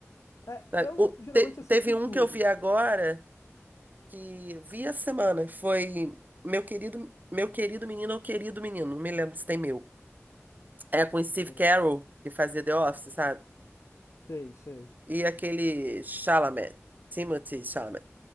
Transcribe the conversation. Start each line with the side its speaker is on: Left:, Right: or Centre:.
Left: É,
Right: sabe?
Left: eu
Right: O-
Left: geralmente
Right: te-
Left: assisti
Right: teve
Left: tudo
Right: um que eu vi agora que vi essa semana, foi Meu Querido, Meu Querido Menino ou Querido Menino, não me lembro se tem meu. É com Steve
Left: de novo.
Right: Carell, que fazia The Office, sabe?
Left: Sei, sei.
Right: E aquele Chalamet, Timothy Chalamet,